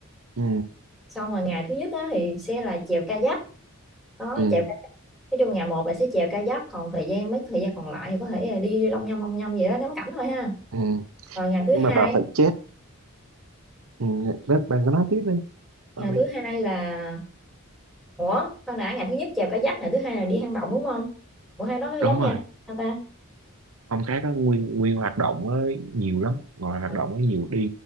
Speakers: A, on the right (about 75°); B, in the centre.
A: Ừ.
B: xong rồi ngày thứ nhất á, thì sẽ là chèo kayak đó
A: Ừ.
B: chèo kayak nói chung là ngày một là sẽ chèo kayak còn thời gian mấy thời gian còn lại thì có thể là đi long nhông long nhông vậy đó ngắm cảnh thôi ha
A: Ừ.
B: rồi ngày thứ
A: nhưng
B: hai
A: mà bà phải chết ừ. đó, bà có nói tiếp đi
B: ngày
A: Bà
B: thứ
A: đi.
B: hai là ủa khoan đã ngày thứ nhất chèo kayak ngày thứ hai là đi hang động đúng không ủa hang đó nó giống
A: đúng
B: nhau
A: rồi
B: hả ta
A: phong cái đó nguyên nguyên hoạt động á nhiều lắm ngoài hoạt
B: rồi
A: động á nhiều đi